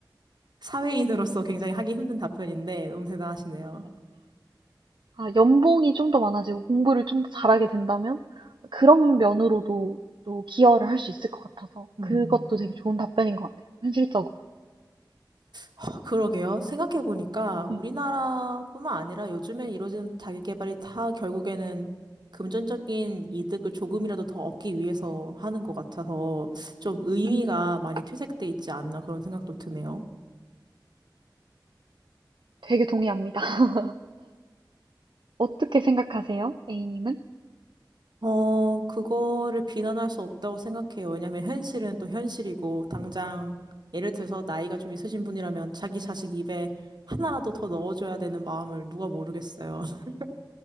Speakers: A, on the right; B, on the right.
A: 사회인으로서 <laughs> 굉장히 하기 힘든 답변인데 너무 대단하시네요.
B: 아, 연봉이 좀 더 많아지고 공부를 좀 더 잘하게 된다면 그런 면으로도 또 기여를 할 수 있을 것 같아서
A: 음.
B: 그것도 되게 좋은 답변인 것 같아요. 현실적으로.
A: 아, 그러게요. 생각해보니까 우리나라뿐만
B: 음.
A: 아니라 요즘에 이루어진 자기계발이 다 결국에는 금전적인 이득을 조금이라도 더 얻기 위해서 하는 것 같아서 좀 의미가
B: 음.
A: 많이 퇴색돼 있지 않나 그런 생각도 드네요.
B: 되게 동의합니다. <laughs> 어떻게 생각하세요? A님은?
A: 어, 그거를 비난할 수 없다고 생각해요. 왜냐면 현실은 또 현실이고 당장 예를 들어서 나이가 좀 있으신 분이라면 자기 자식 입에 하나라도 더 넣어줘야 되는 마음을 누가 모르겠어요. <laughs>